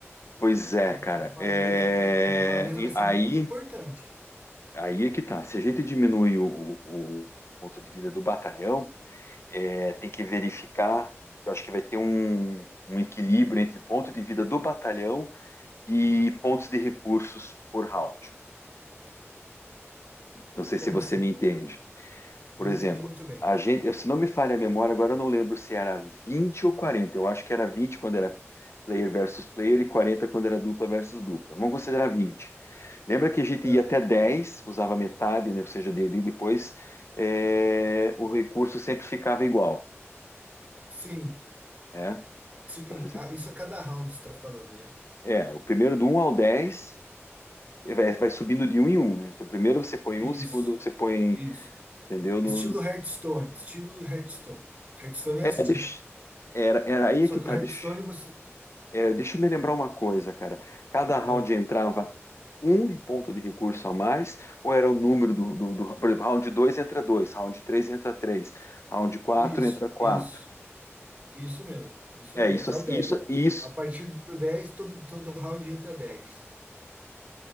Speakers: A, on the left (about 65°); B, on the right (about 30°).
A: Pois
B: porque
A: é,
B: lim-
A: cara.
B: limpar
A: É,
B: a mesa vai, limpar a mesa
A: e
B: vai ser
A: Aí,
B: muito importante.
A: aí é que tá. Se a gente diminui o, o- o ponto de vida do batalhão, é, tem que verificar. Eu acho que vai ter um, um equilíbrio entre ponto de vida do batalhão e pontos de recursos por round. Não sei
B: Como
A: se você
B: assim?
A: me entende.
B: Não
A: Por exemplo,
B: entendi muito bem.
A: a gente, se não me falha a memória, agora eu não lembro se era vinte ou quarenta Eu acho que era 20 quando era player versus player e 40 quando era dupla versus dupla. Vamos considerar vinte Lembra que a gente
B: Tá.
A: ia até 10 usava metade, né? ou seja, depois é, o recurso sempre ficava igual.
B: Sim,
A: Né?
B: sim.
A: Então,
B: Ah, isso a cada round você está falando, né?
A: É, o primeiro do um ao 10 eh, vai, vai subindo de um em um, né? Então, primeiro você põe
B: Isso,
A: um, segundo você põe,
B: isso.
A: entendeu?
B: Estilo
A: No, no-
B: Hearthstone, estilo Hearthstone. Hearthstone
A: é,
B: é assim.
A: deixa, era, era aí
B: Só
A: é que
B: que
A: tá,
B: o Hearthstone
A: deixa,
B: você.
A: é, deixa eu me lembrar uma coisa, cara. Cada round
B: Ah,
A: entrava um ponto de recurso a mais, ou era o número do, do, do- por exemplo, round 2 entra 2, round 3 entra 3, round 4
B: isso,
A: entra 4.
B: isso, isso mesmo. Isso
A: É,
B: aí,
A: isso,
B: até o dez
A: isso, isso.
B: A partir do 10 todo, todo round entra dez